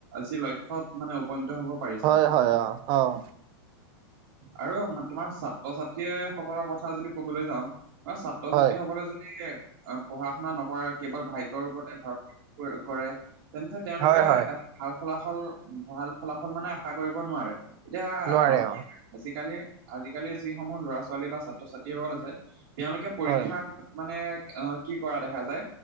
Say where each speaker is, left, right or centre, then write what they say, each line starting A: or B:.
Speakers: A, on the right; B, on the right.
A: যি লক্ষ্যত মানে উপনীত হ'ব পাৰি।
B: হয় হয় অৱ অৱ।
A: আৰু তোমাৰ ছাত্ৰ-ছাত্ৰী সকলৰ কথা যদি ক'বলৈ যাওঁ অৱ ছাত্ৰ-ছাত্ৰী
B: হয়
A: সকলে যদি পঢ়া-শুনা নকৰে কেৱল ভাগ্যয়ৰ ওপৰতে ভৰসা কৰে তেন্তে তেওঁলোকে
B: হয় হয়
A: এটা ভাল ফলাফল ভাল ফলাফল মানে আশা কৰিব নোৱাৰে এতিয়া
B: নোৱাৰে
A: আহ কি
B: অ
A: আজিকালি আজিকালিৰ যিসমূহ ল'ৰা ছোৱালী বা ছাত্ৰ-ছাত্ৰীসকল আছে তেওঁলোকে পৰীক্ষাৰ
B: হয়
A: মানে অ কি কৰা দেখা যায়।